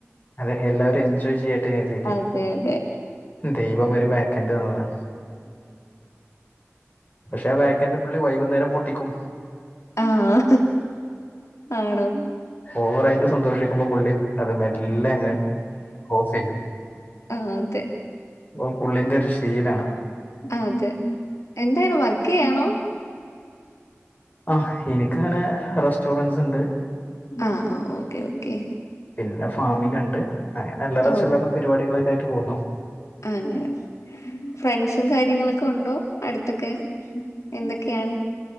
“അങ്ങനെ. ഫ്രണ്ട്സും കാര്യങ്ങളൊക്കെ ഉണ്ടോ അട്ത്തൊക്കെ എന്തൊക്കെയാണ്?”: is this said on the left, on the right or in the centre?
Left